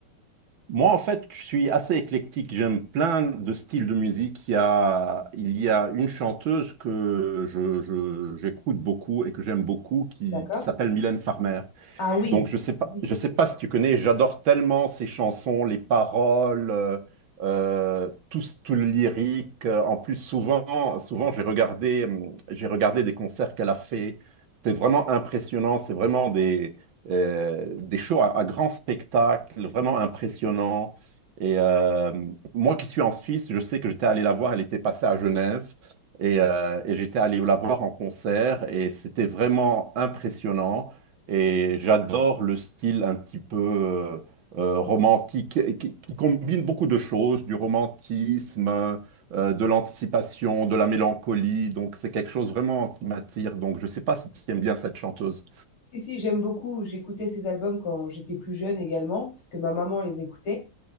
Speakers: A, on the right; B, on the left.
A: Moi, en fait, je suis assez éclectique. J'aime plein de styles de musique. Il y a, il y a une chanteuse que je, je- j'écoute beaucoup et que j'aime beaucoup qui,
B: D'accord.
A: qui s'appelle Mylène Farmer.
B: Ah oui.
A: Donc, je sais pas,
B: Oui.
A: je sais pas si tu connais, j'adore tellement ses chansons, les paroles, euh, euh, tout, ce- tout le lyrique. En plus, souvent, souvent j'ai regardé, hum, j'ai regardé des concerts qu'elle a fait. C'était vraiment impressionnant. C'est vraiment des, euh, des shows à, à grand spectacle, vraiment impressionnant. Et euh, moi qui suis en Suisse, je sais que j'étais allé la voir. Elle était passée à Genève. Et, euh, et j'étais allé la voir en concert et c'était vraiment impressionnant. Et j'adore le style un petit peu euh, euh, romantique et qui, qui combine beaucoup de choses, du romantisme, euh, de l'anticipation, de la mélancolie. Donc c'est quelque chose vraiment qui m'attire. Donc je ne sais pas si tu aimes bien cette chanteuse.
B: Si, si, j'aime beaucoup. J'écoutais ces albums quand j'étais plus jeune également, parce que ma maman les écoutait.